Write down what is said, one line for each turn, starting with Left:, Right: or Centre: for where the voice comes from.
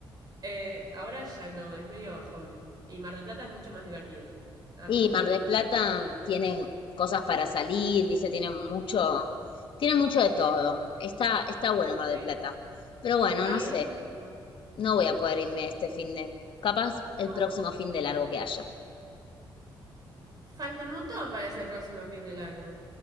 Right: Eh, ahora ya no, es medio bajón. Y Mar del Plata es mucho más divertido. A mí
Left: Y
Right: me encanta
Left: Mar del
Right: Mar
Left: Plata
Right: del Plata.
Left: tiene cosas para salir, viste, tiene mucho, tiene mucho de todo. Está, está bueno Mar
Right: Sí.
Left: del Plata. Pero bueno,
Right: Ay,
Left: no sé,
Right: es buenísimo.
Left: no voy a poder irme este fin de, capaz el próximo
Right: Ay,
Left: fin de largo que haya.
Right: falta un montón para ese próximo fin de largo.